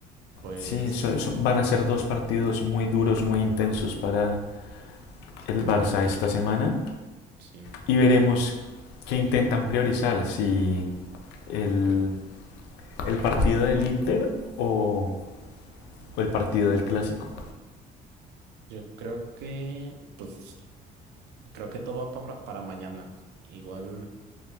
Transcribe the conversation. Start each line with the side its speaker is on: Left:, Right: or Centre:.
Right: Pues
Left: Sí, so- so- van a ser dos partidos muy duros, muy intensos para el Barça esta semana
Right: sí,
Left: y veremos qué intentan priorizar, si el, el partido del Inter o, o el partido del Clásico.
Right: yo creo que pues creo que todo va para para mañana. Igual